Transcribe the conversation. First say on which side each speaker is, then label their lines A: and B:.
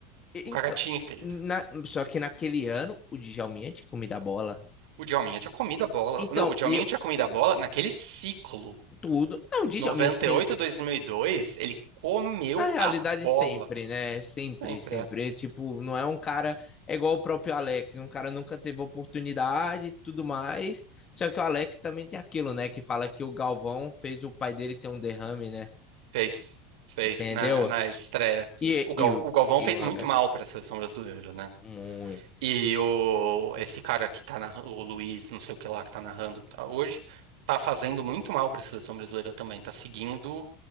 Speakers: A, on the left; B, on the right.
A: e-
B: O
A: então,
B: Kaká tinha que ter ido.
A: na- só que naquele ano o Djalminha tinha comido a bola.
B: O Djalminha tinha comido a bola.
A: Então,
B: Não, o Djalminha
A: e eu-
B: tinha comido a bola naquele ciclo.
A: tudo, não, o Djalminha
B: 98
A: sempre.
B: a 2002, ele comeu
A: Na realidade,
B: a bola.
A: sempre, né? Sempre,
B: Sempre.
A: sempre.
B: é.
A: Ele, tipo, não é um cara. É igual o próprio Alex. Um cara nunca teve oportunidade e tudo mais. Só que o Alex também tem aquilo, né? Que fala que o Galvão fez o pai dele ter um derrame, né?
B: Fez, fez
A: Entendeu?
B: na, na estreia.
A: E,
B: O, Gal,
A: e, o-
B: o Galvão
A: e
B: fez
A: o Alex.
B: muito mal para a seleção brasileira, né?
A: Muito.
B: E o, esse cara que tá narrando, o Luiz, não sei o que lá, que tá narrando tá, hoje, tá fazendo muito mal para a seleção brasileira também. Tá seguindo